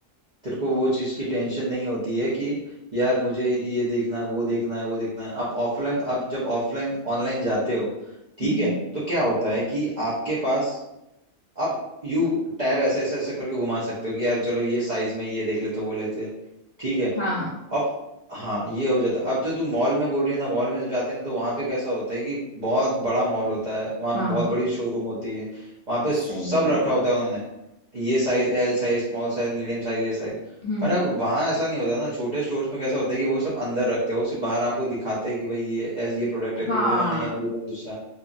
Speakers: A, on the right (about 75°); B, on the left (about 30°).
A: तेरे को वो चीज की टेंशन नहीं होती है कि यार मुझे ये देखना है वो देखना है वो देखना है आप ऑफलाइन आप जब ऑफलाइन ऑनलाइन जाते हो ठीक
B: हम्म
A: है तो क्या होता है कि आपके पास आप यू टैब ऐसे ऐसे ऐसे करके घुमा सकते हो कि यार चलो ये साइज में ये देख लेते हो, वो लेते हैं। ठीक है
B: हाँ
A: अब हाँ ये हो जाता है अब जो तू मॉल में बोल रही है ना मॉल में जब जाते हैं ना तो वहां पे कैसा होता है कि बहुत बड़ा मॉल होता है वहां
B: हाँ
A: पे बहुत बड़ी शोरूम होती है वहां पे
B: सही
A: सब
B: में
A: रखा होता है उन्होंने ये size L size small size medium size ये साइज
B: हम्म
A: पर अब वहां ऐसा नहीं होता ना छोटे स्टोर्स में कैसा होता है कि वो सब अंदर रखते हैं वो सिर्फ बाहर आपको दिखाते हैं कि भाई ये ये प्रोडक्ट है
B: हाँ
A: फिर बोलेंगे नहीं हमें ये पसंद दूसरा